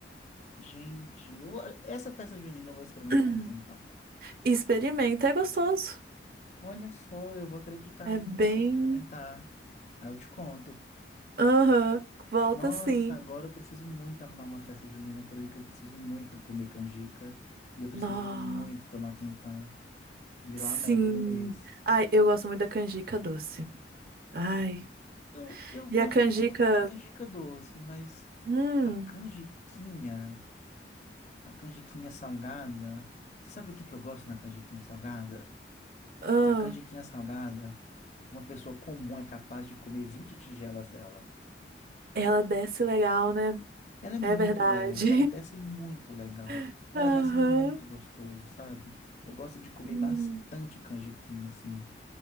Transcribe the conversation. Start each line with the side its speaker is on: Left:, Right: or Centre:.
Left: gente, eu essa festa junina eu vou experimentar
Right: <clears throat>
Left: um quentão.
Right: Experimenta, é gostoso.
Left: Olha só, eu vou acreditar,
Right: É
Left: hein?
Right: bem.
Left: Vou experimentar. Aí eu te conto.
Right: Aham, volta
Left: Nossa,
Right: sim.
Left: agora eu preciso muito arrumar uma festa junina por aí, que eu preciso muito comer canjica e eu preciso
Right: Nó,
Left: muito tomar quentão. Virou
Right: sim.
Left: a meta do mês.
Right: Ai, eu gosto muito da canjica doce. Ai.
Left: Eu, eu gosto
Right: E a canjica,
Left: muito da canjica doce, mas
Right: hum,
Left: a canjiquinha, a canjiquinha salgada, você sabe o que que eu gosto na canjiquinha salgada?
Right: ah,
Left: que a canjiquinha salgada, uma pessoa comum é capaz de comer 20 tigelas dela.
Right: ela desce legal, né?
Left: Ela é muito
Right: É verdade.
Left: leve, ela desce muito legal,
Right: <laughs>
Left: ela
Right: Aham.
Left: desce muito gostoso, sabe? Eu gosto de comer
Right: Hum.
Left: bastante canjiquinha, assim.